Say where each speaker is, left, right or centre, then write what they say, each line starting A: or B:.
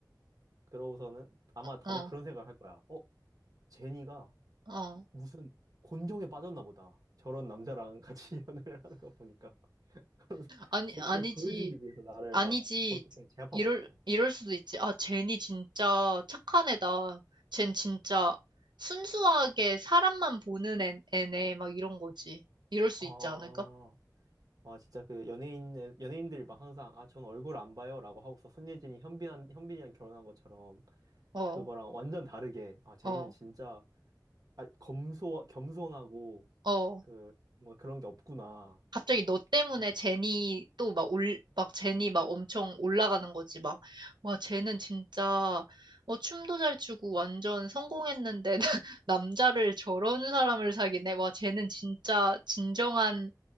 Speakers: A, on the right; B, on the right.
A: 그러고서는 아마 다들
B: 어,
A: 그런 생각을 할 거야. 어? 제니가
B: 어.
A: 무슨 곤경에 빠졌나 보다. 저런 남자랑 같이 <laughs> 연애를 하는 거 보니까. 그러면서
B: 아니,
A: 제니를
B: 아니지.
A: 구해주기 위해서 나를
B: 아니지.
A: 막 어떻게 제압하면
B: 이럴,
A: 어떡해.
B: 이럴 수도 있지. 아, 젠이 진짜 착한 애다. 젠 진짜 순수하게 사람만 보는 애, 애네. 막 이런 거지. 이럴 수
A: 아
B: 있지 않을까?
A: 와, 진짜 그 연예인, 연예인들이 막 항상, 아, 전 얼굴 안 봐요. 라고 하고서 손예진이 현빈한, 현빈이랑 결혼한 것처럼,
B: 어,
A: 그거랑 완전 다르게, 아, 제니는
B: 어,
A: 진짜, 아, 검소, 겸손하고,
B: 어.
A: 그, 뭔가 그런 게 없구나.
B: 갑자기 너 때문에
A: 라고.
B: 제이또 막 올, 막 제니 막 엄청 올라가는 거지. 막, 와, 쟤은 진짜, 어, 춤도 잘 추고 완전 성공했는데, <laughs> 남자를 저런 사람을 사귀네. 와, 쟤는 진짜 진정한